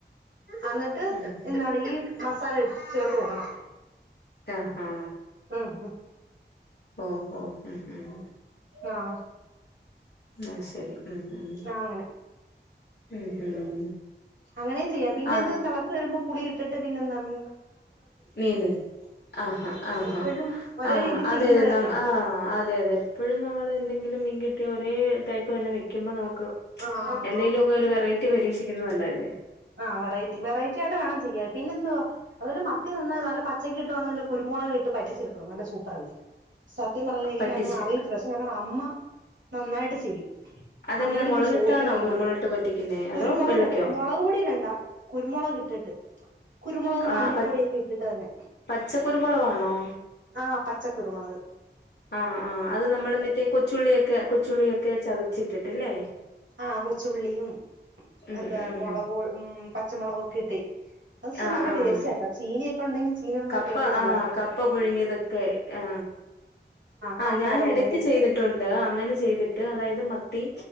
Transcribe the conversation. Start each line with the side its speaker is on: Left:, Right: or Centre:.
Right: അന്നിട്ട്
Left: ഉം ഉം
Right: എന്താണ് ഈ മസാല ചേർത്തു കൊടുക്കണം
Left: റ്റാഹാ
Right: ഉം ഉം
Left: ഓഹോ ഉം ഉം
Right: ആഹ്
Left: ആ ശരി ഉം ഉം
Right: ആഹ് അങ്ങനെ
Left: ഉം ഉം
Right: അങ്ങനെയും ചെയ്യാം പിന്നെ
Left: ആ
Right: ഇത് തെളച്ചു വരുമ്പോ പുളി ഇട്ടിട്ട് പിന്നെ എന്താണ്
Left: മീന് ആ ഹ ആ
Right: എപ്പഴും
Left: ഹ
Right: ഒരേ
Left: ആ ആ
Right: രീതി
Left: അതെതെ
Right: ചെയ്യുമ്പോഴല്ലേ
Left: ന ആ അതെ അതെ അതെ എപ്പഴും നമ്മള് എന്തെങ്കിലും മീങ്കികി ട്ട്യാ ഒരേ ടൈപ്പ് തന്നെ വെക്കുമ്പം നമുക്ക്
Right: ആഹ് ആഹ്
Left: എന്തേലൊക്ക
Right: ആഹ്
Left: ഒരു വെറൈറ്റി പരീക്ഷിക്കുന്ന നല്ല അല്ലേ
Right: ആ വെറൈറ്റി വെറൈറ്റി ആയിട്ട് വേണം ചെയ്യാന് പിന്നെ എന്തുവാ അതൊല്ല മ ത്തി നന്ന നല്ല പച്ചക്കിട്ടുവാന്നേല് കുരുമൊളകിട്ട് വറ്റിച്ചെടുക്കണം നല്ല സൂപ്പർ അയിരി- സത്യം പറഞ്ഞാ എനിക്ക്
Left: പറ്റിച്ച്
Right: അങ്ങനെ അറിയിത്തില്ല പക്ഷെ ഞങ്ങള അമ്മ നന്നായിട്ട് ചെയ്യും
Left: അതെങ്ങനെ
Right: അമ്മയോട് ഇന്നി
Left: മുളകിട്ടാണോ
Right: ചോദിക്കണ എങ്ങനാന്ന്
Left: കുരുമുളകിട്ട് പറ്റിക്കുന്നേ അതോ
Right: കുരുമുളകിട്ട്
Left: വെള്ളക്കോ
Right: മൊളക്പൊടി ടി ഇടണ്ടാ കുരുമുളകിട്ടിട്ട് കുരുമുളകും
Left: ആഹ്
Right: മഞ്ഞപ്പൊടിയൊക്കെ
Left: പ
Right: ഇട്ടിട്ട് തന്നെ
Left: പച്ചക്കുരുമുളകാണോ
Right: ആഹ് പച്ചക്കുരുമുളക്
Left: ആഹ് ആഹ് അത് നമ്മള് മറ്റേ കൊച്ചുള്ളിയൊക്കെ കൊച്ചുള്ളിയൊക്കെ ചതച്ചിട്ടിട്ടില്ലേ
Right: ആഹ് കൊച്ചുള്ളിയും
Left: ഉം
Right: എന്താ
Left: ഉം
Right: മൊളക് പൊ മ് പച്ചമുളകൊക്കെ ഇട്ടെ അത്‌ശേ
Left: ആഹ്
Right: നല്ല
Left: ആഹ്
Right: ടേസ്റ്റായിട്ട ചീനൊയൊക്കെ ഉണ്ടെങ്കി ചീനിയുടെ കൂടെ
Left: കപ്പ
Right: ഏറ്റവും നല്ലതാ
Left: ആ കപ്പ പുഴുങ്ങിയതൊക്കെ ആ
Right: കപ്പയുടെ
Left: ആ ഞാൻ ഇടക്ക്
Right: കൂടെയും
Left: ചെയ്തിട്ടുണ്ട് ആ അങ്ങനെ ചെയ്തിട്ട് അതായത് മത്തി